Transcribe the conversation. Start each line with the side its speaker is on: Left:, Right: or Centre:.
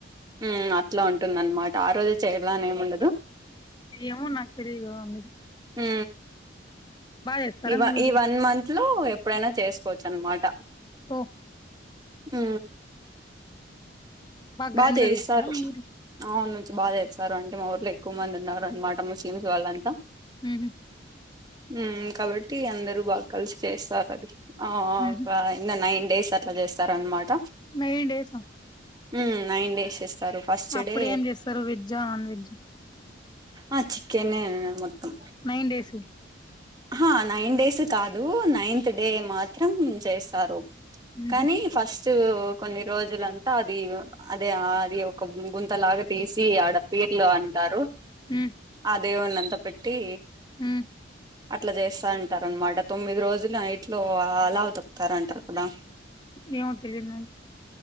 Right: మ్ అట్లా ఉంటుందన్నమాట ఆ రోజె చేయాలని ఏముండదు
Left: ఏమొ నక్ తెలీయాదు అవన్నీ
Right: మ్
Left: చేస్తారా
Right: ఈ
Left: మీ ఊర్లో
Right: ఈ వన్ మంత్ లో ఎప్పుడైనా చేసుకోవచ్చు అనమాట
Left: ఓ
Right: మ్ బాగా
Left: గ్రాండ్
Right: చేయిస్తారు
Left: గా చేస్తారా మీ ఊర్లో
Right: అవును నుంచ్ బాగా చేస్తారు అంటే మా ఊర్లో ఎక్కువ మంది ఉన్నారు అనమాట మూస్లింస్ వాళ్ళంతా
Left: మ్ హు
Right: మ్ కాబట్టి అందరు బాగా కలిసి చేస్తారు అది ఆ
Left: ఉహు
Right: ఆ ఇంగ నైన్ డేస్ అట్లా చేస్తారన్నమాట
Left: నైన్ డేస
Right: మ్ నైన్ డేస్ చేస్తారు ఫస్ట్
Left: అప్పుడు
Right: డే
Left: ఏం చేస్తారు వెజ్జా నాన్ వెజ్
Right: ఆ చికెనే మొత్తం
Left: నైన్ డేసు
Right: అహ నైన్ డేస్ కాదు నైన్త్ డే మాత్రం చేస్తారు
Left: ఉమ్
Right: కనీ ఫస్ కొన్ని రోజులంతా అది అదే ఆది ఒక గుంతలాగా తీసి ఆడ పీర్లో అంటారు
Left: ఉమ్
Right: ఆ దేవున్నంత పెట్టీ
Left: ఉమ్
Right: అట్లా జేస్తా అంటారనమాట తొమ్మిది రోజులు ఇట్లో అలావు తొక్కుతారంటారు కదా
Left: ఏమో తెలిదు నడి